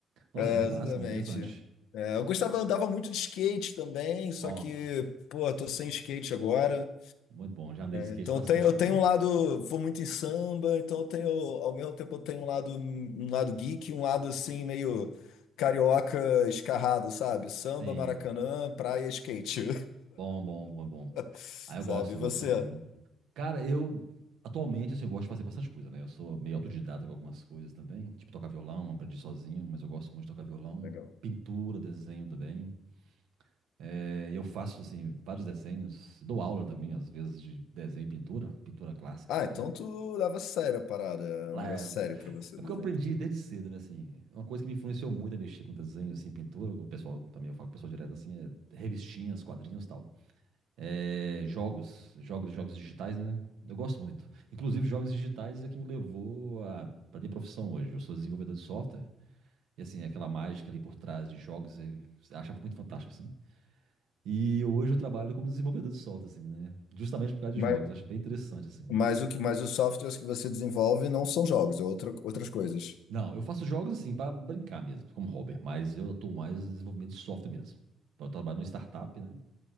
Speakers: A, on the right; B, on the left.
A: Nossa,
B: É,
A: muito
B: exatamente.
A: massa, muito interessante.
B: É, eu gostava, andava muito de skate também, só
A: Nossa,
B: que, pô, tô sem skate agora.
A: muito bom. Já andei de skate
B: Então
A: bastante
B: eu tenho, eu
A: também.
B: tenho um lado, vou muito em samba, então eu tenho, ao mesmo tempo eu tenho um lado, um lado geek, um lado assim meio carioca escarrado, sabe? Samba,
A: Sim.
B: Maracanã, praia, skate.
A: Bom, bom, bom, bom.
B: <laughs>
A: Ah, eu
B: Sabe?
A: gosto,
B: E você?
A: eu gosto também. muito bom. Cara, eu atualmente assim, eu gosto de fazer bastante coisa, né? Eu sou meio autodidata com algumas coisas também, tipo tocar violão, aprendi sozinho, mas eu gosto muito de tocar violão,
B: Legal.
A: pintura, desenho também. É, eu faço assim vários desenhos, dou aula também às vezes de desenho e pintura, pintura clássica também.
B: Ah, então tu leva a sério a parada, é
A: Lá
B: um negócio
A: é,
B: sério pra você
A: é
B: desenhar.
A: porque eu aprendi desde cedo, né? Assim, uma coisa que me influenciou muito a mexer com desenho, assim, pintura. que O pessoal também eu falo com o pessoal direto assim, é revistinhas, quadrinhos, e tal. é, jogos, jogos, jogos digitais, né? Eu gosto muito. Inclusive, jogos digitais é que me levou a, para minha profissão hoje. Eu sou desenvolvedor de software e assim, é aquela mágica ali por trás de jogos, eu achava muito fantástico assim. E hoje eu trabalho como desenvolvedor de software assim, né? Justamente por causa
B: Mas,
A: de jogos, acho bem interessante assim.
B: mas o que, mas os softwares que você desenvolve não são jogos, é outra, outras coisas.
A: Não, eu faço jogos assim para brincar mesmo, como hobby, mas eu atuo mais no desenvolvimento de software mesmo. Eu trabalho numa startup, né?